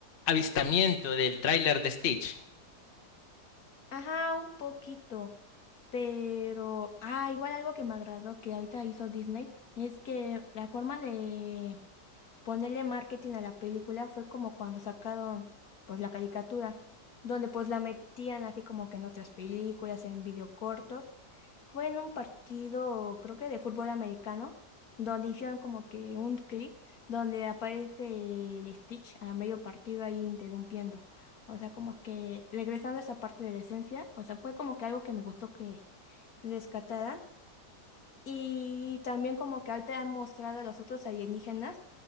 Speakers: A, on the left (about 35°); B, on the left (about 60°).
A: avistamiento del tráiler de Stitch.
B: Ajá, un poquito, pero, ah, igual algo que me agradó que ahorita hizo Disney es que la forma de, Ponerle marketing a la película fue como cuando sacaron pues la caricatura, donde pues la metían así como que en otras películas, en videocortos. Fue en un partido, creo que de fútbol americano, donde hicieron como que un clip donde aparece el Stitch a medio partido ahí interrumpiendo. O sea, como que regresando a esa parte de la esencia, o sea, fue como que algo que me gustó que rescataran. Y también como que ahorita han mostrado a los otros alienígenas